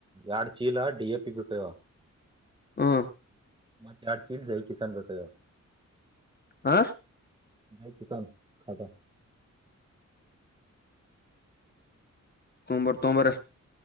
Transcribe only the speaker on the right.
ಎರಡ್ ಚೀಲ ಡಿ ಎ ಪಿ ಬೇಕಗಿವ
ಮತ್ತ ಎರಡ ಚೀಲ ಚಿಕನ್ ಬೇಕಾಗೇವ
ನೈ ಕಿಸನ್ ಅದ